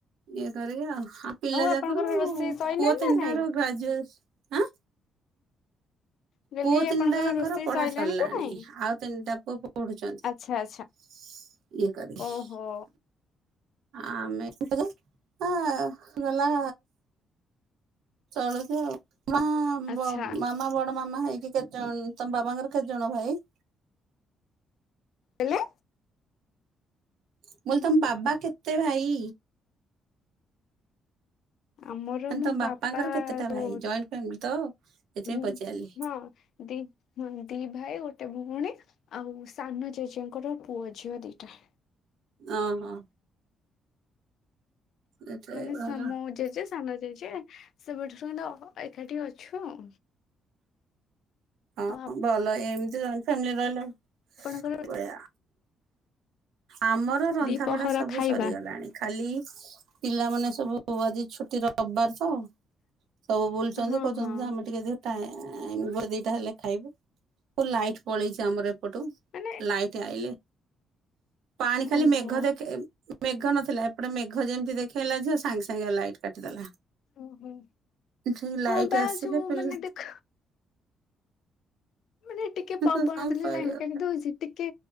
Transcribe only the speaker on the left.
ଆପଣଙ୍କର
ରୋଷେଇ ସଇଲାଣି
ନା
ନାଇଁ?
ମୁଁ କହିଲି
ଆପଣଙ୍କର ରୋଷେଇ
ସଇଲାଣି
କି ନାଇଁ?
ଆଚ୍ଛା ଆଚ୍ଛା
ଓହୋ
ଆଚ୍ଛା
ହେଲେ
ଆମର
ମୋ
ବାପା
ର
ହଁ
ଦି ହଁ ଦି ଭାଇ ଗୋଟେ ଭଉଣୀ ଆଉ ସାନ ଜେଜେଙ୍କର ପୁଅ ଝିଅ ଦିଟା
ମାନେ
ସା ମୁଁ ଜେଜେ ସାନ ଜେଜେ ସେବେଠୁ ଏକାଠି ଅଛୁ ଆଉ
ଆଉ
ଆପଣଙ୍କର
ଦି ପହର
ଖାଇବା
ହଁ
ହଁ
ମାନେ
ଓହୋ
ଓହୋ
ହଁ
ବା
ଯୋଉ
ମାନେ ଦେଖ ମାନେ ଟିକେ ପବନଦେଲେ
ଲାଇନ କାଟି ଦଉଛି ଟିକେ